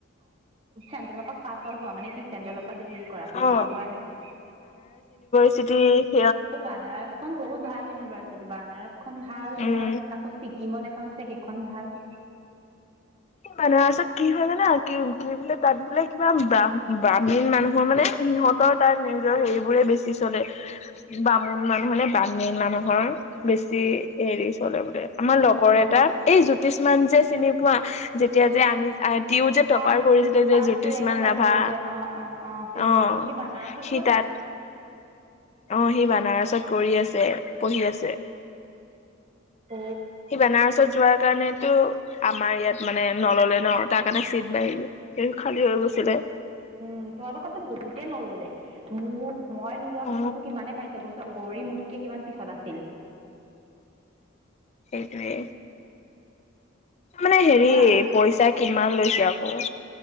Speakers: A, on the right; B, on the left.
A: ানলপ প োৱা মানে কি চেণ্ট্ৰেলৰ পৰা হেৰি কৰা পি এইচ
B: অ
A: ডি কৰা নেকি
B: যদি
A: অ বানাৰসখন বহুত ভাল ইউনিভাৰ্চিটি বানাৰসখন ভাল
B: উম
A: তোমাৰ আকৌ ছিকিমত এখন আছে সেইখন ভাল
B: মান পািছত কি হয় জানা কি কি বোলে তাত বোলে কিবা বাহ ব্ৰাহ্মীণ মানুহৰ মানে সিহঁত তাত নিজৰ হেৰিবোৰে বেছি আচতে বামুণ মানুহৰ নে বামী মানুহৰ বেছি হেৰি চলে বোলে আমাৰ লগৰ
A: মই
B: এটা এই জুত কিছুমান যে চিনি কোৱা যেতিয়া যে আমি, তিও যে তপাৰ
A: অ
B: কৰিছিলে
A: ফাৰ্ষ্ট
B: যে জ্যোতিসমান
A: ৰেংক পাইছিল
B: ৰাভা,
A: যে অ অ অ চিনি
B: অ',
A: পাও সি বানাৰসত
B: সি
A: গ'ল
B: তাত
A: নেকি
B: অ', সি বানাৰসত কৰি আছে, পঢ়ি আছে।
A: ত
B: সি বেনাৰছত যোৱাৰ কাৰণেতো আমাৰ ইয়াত মানে নললে ন। তাৰ কাৰণে চিট বাঢ়িল, সেই খালী হৈ গৈছিলে।
A: উম, তো কথাটো বহুতেই নললে মোক মই নোলোৱা
B: অ
A: পিছতো কিমানে পাইছে, গৈছ গৌৰী মোতকে কিমান পিছত আছিল।
B: সেইটোৱে। মানে হেৰি
A: মোৰ
B: পইচা কিমান লৈছে আৰু। অ।